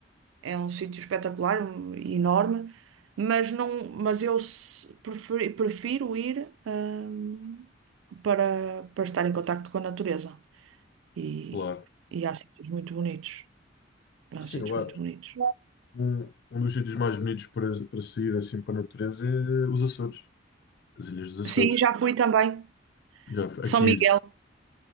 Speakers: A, on the right; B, on the left.
A: é um sítio espetacular um- e enorme, mas não, mas eu se- preferi- prefiro ir, hum, para, para estar em contacto com a natureza. E,
B: claro.
A: e há sítios muito bonitos. Há
B: Sim,
A: sítios
B: eu acho.
A: muito bonitos.
B: Um, um dos sítios mais bonitos para, para sair assim para a natureza é os Açores, as Ilhas dos
A: Sim,
B: Açores.
A: já fui também.
B: Já fui,
A: São
B: aqui,
A: Miguel.